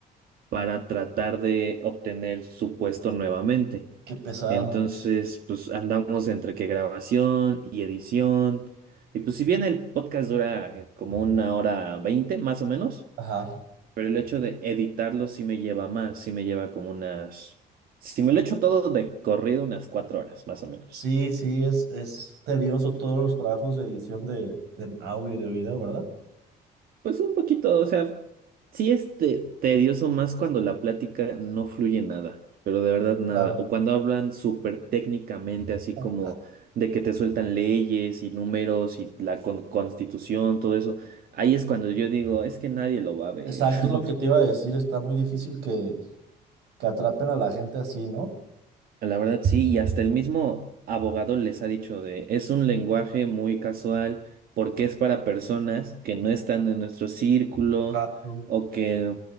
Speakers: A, on the right; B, on the right.
A: para tratar de obtener su puesto nuevamente.
B: Qué pesado.
A: Entonces, pues andamos entre que grabación y edición. Y pues si bien el podcast dura eh, como una hora veinte, más o menos,
B: Ajá.
A: pero el hecho de editarlo sí me lleva más, sí me lleva como unas... Si me lo echo todo de corrido, unas cuatro horas, más o menos.
B: Sí, sí, es, es tedioso todos los trabajos de edición de, de audio y de video, ¿verdad?
A: Pues un poquito, o sea, sí es te- tedioso más cuando la plática no fluye nada, pero de verdad nada.
B: Claro.
A: O cuando hablan súper técnicamente, así
B: Ah.
A: como de que te sueltan leyes y números y la con- constitución, todo eso. Ahí es cuando yo digo, es que nadie lo va a ver.
B: Exacto,
A: <laughs>
B: es lo que te iba a decir. Está muy difícil que, que atrapen a la gente así, ¿no?
A: La verdad sí, y hasta el mismo abogado les ha dicho de, es un lenguaje muy casual porque es para personas que no están en nuestro círculo
B: Claro,
A: o que,